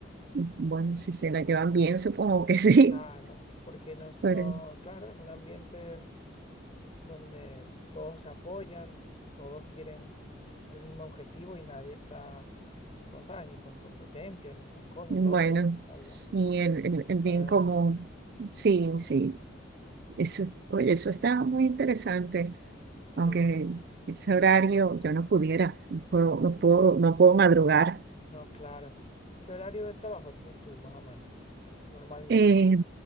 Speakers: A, on the right; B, on the left.
A: Bueno, si se la llevan bien, supongo que <laughs> sí.
B: Claro, porque nos,
A: Pero
B: no, claro, es un ambiente donde todos se apoyan, todos quieren el mismo objetivo y nadie está ni con, ¿sabes? ni con competencia, ni con cosas,
A: bueno,
B: todos quieren que salga
A: sí, el, el- el
B: para
A: bien
B: adelante.
A: común. Sí, sí. Eso,
B: Ujú.
A: oye, eso está muy interesante.
B: Sí,
A: Aunque ese horario yo no pudiera, no puedo, no puedo, no puedo madrugar.
B: no, claro. ¿Qué horario de trabajo tienes tú, más o menos, normalmente?
A: Eh,